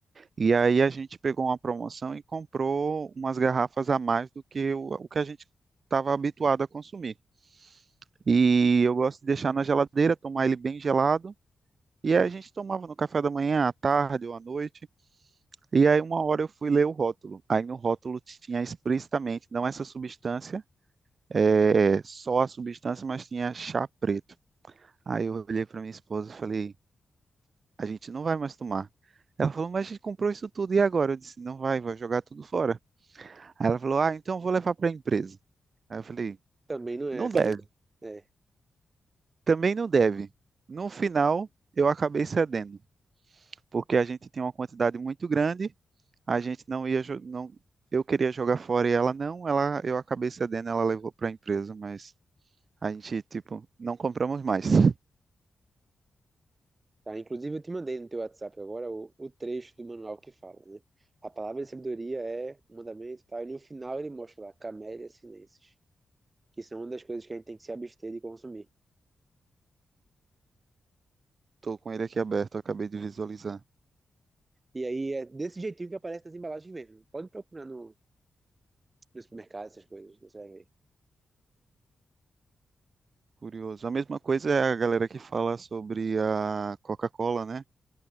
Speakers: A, on the right; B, on the right.
A: E aí a gente pegou uma promoção e comprou umas garrafas a mais do que o, o que a gente estava habituado a consumir. E eu gosto de deixar na geladeira, tomar ele bem gelado. E aí a gente tomava no café da manhã, à tarde ou à noite. E aí uma hora eu fui ler o rótulo. Aí no rótulo tinha explicitamente, não essa substância, é, só a substância, mas tinha chá preto. Aí eu olhei para minha esposa e falei, a gente não vai mais tomar. Ela falou, mas a gente comprou isso tudo e agora? Eu disse, não vai, vai jogar tudo fora. Aí ela falou, ah, então eu vou levar para a empresa. Aí eu falei,
B: Também não é
A: não
B: a saída.
A: deve,
B: É.
A: também não deve. No final, eu acabei cedendo, porque a gente tinha uma quantidade muito grande, a gente não ia, jo- não, eu queria jogar fora e ela não, ela, eu acabei cedendo, ela levou para a empresa, mas a gente, tipo, não compramos mais. <laughs>
B: Tá, inclusive, eu te mandei no teu WhatsApp agora o, o trecho do manual que fala, né? A palavra de sabedoria é um mandamento e tal. E no final ele mostra lá, camélia sinensis, que são uma das coisas que a gente tem que se abster de consumir.
A: Estou com ele aqui aberto, eu acabei de visualizar.
B: E aí é desse jeitinho que aparece nas embalagens mesmo. Pode procurar no, no supermercado essas coisas, você vai ver.
A: Curioso. A mesma coisa é a galera que fala sobre a Coca-Cola, né?